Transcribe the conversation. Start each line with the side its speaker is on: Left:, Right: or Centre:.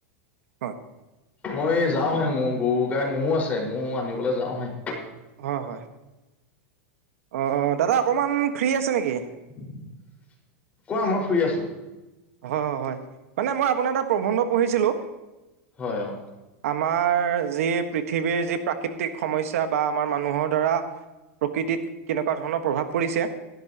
Right: হয়।
Left: মই যাওহে মোৰ গৰু গাই মোৰো আছে ময়ও আনিবলৈ যাও হে।
Right: হয় হয়। অ, অ দাদা অকমান ফ্ৰী আছে নেকি?
Left: কোৱা মই ফ্ৰি আছো।
Right: হয়, হয় মানে মই আপোনাৰ এটা প্ৰবন্ধ পঢ়িছিলো।
Left: হয় অ।
Right: আমাৰ যি পৃথিৱীৰ যি প্ৰাকৃতিক সমস্যা বা আমাৰ মানুহৰ দ্বাৰা প্ৰকৃতিত কেনেকুৱা ধৰণৰ প্ৰভাৱ পৰিছে।